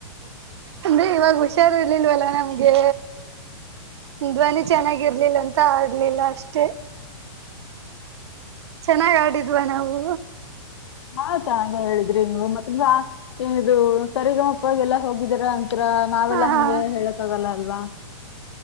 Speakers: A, on the right (about 60°); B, on the left (about 65°).
A: ಅಂದೆ ಇವಾಗ ಹುಷಾರರ್ಲ್ಲಿಲ್ವಲ್ಲಾ ನಮ್ಗೆ ಧ್ವನಿ ಚೆನ್ನಾಗಿ ಇರಲಿಲ್ಲಾ ಅಂತ ಆಡ್ಲಿಲ್ಲ ಅಷ್ಟೇ ಚೆನ್ನಾಗ ಆಡಿದ್ವಾ ನಾವು
B: ಹಾ ತಾ ಅಂತ ಎಲ್ಲಾ ಹೇಳಿದ್ರಿ ನೀವು ಮತ್ತ ಏನಿದು ಸರಿಗಮ್ಮಪ್ಪಗೆಲ್ಲಾ ಹೋಗಿದ್ದೀರಾ ಅಂತ ಹತ್ರ ನಾವೆಲ್ಲಾ
A: ಹ ಹಾ
B: ಹಂಗೆ ಹೇಳಕ್ ಆಗಲ್ಲ ಅಲ್ವಾ